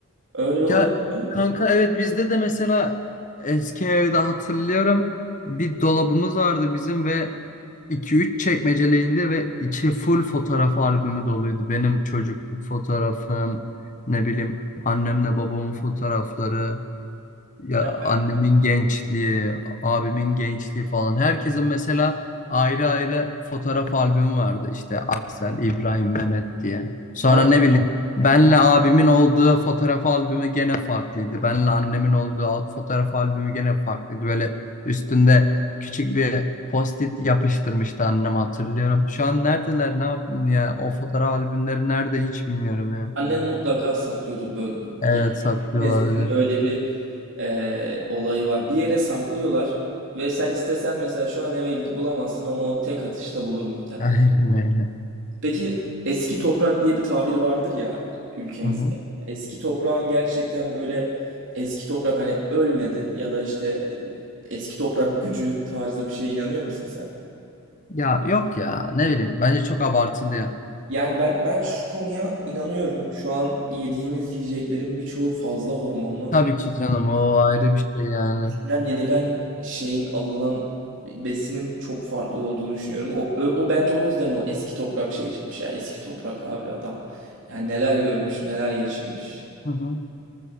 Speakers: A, on the right; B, on the left.
A: Öyle
B: Ya
A: olunca
B: kanka evet bizde de mesela eski evde hatırlıyorum bir dolabımız vardı bizim ve iki üç çekmeceliydi ve içi full fotoğraf albümü doluydu. Benim çocukluk fotoğrafım, ne bileyim annemle babamın fotoğrafları, Ya
A: Yani
B: annemin gençliği, abimin gençliği falan. Herkesin mesela ayrı ayrı fotoğraf albümü vardı. İşte Aksel, İbrahim, Mehmet diye. Sonra
A: an-
B: ne bileyim benle abimin olduğu fotoğraf albümü gene farklıydı. Benle annemin olduğu al- fotoğraf albümü gene farklıydı. Böyle üstünde küçük bir post-it yapıştırmıştı annem hatırlıyorum. Şu an neredeler, ne yaptın ya? O fotoğraf albümleri nerede hiç bilmiyorum ya.
A: annen mutlaka saklıyordur böyle
B: Evet
A: ge-
B: saklıyor
A: neslin
B: olabilir.
A: öyle bir e, olayı var. Bir yere saklıyorlar ve sen istesen mesela şu an eve git bulamazsın ama o tek atışta bulur muhtemelen.
B: <laughs> Aynen öyle.
A: Peki eski toprak diye bir tabir vardır ya ülkemizde.
B: Hı hı.
A: Eski toprağın gerçekten böyle eski toprak hani ölmedi ya da işte e, eski toprak gücü tarzı bir şeye inanıyor musun sen?
B: Ya yok ya ne bileyim bence çok abartılı ya.
A: Yani ben ben şu konuya inanıyorum. Şu an yediğimiz yiyeceklerin birçoğu fazla hormonlu.
B: Tabii ki canım o ayrı bir şey yani.
A: Yenilen yenilen şeyin alınan besinin çok farklı olduğunu düşünüyorum. O, o, o bence o yüzden o eski toprak şeye çıkmış ya. Eski toprak abi adam. Yani neler görmüş, neler geçirmiş.
B: Hı hı.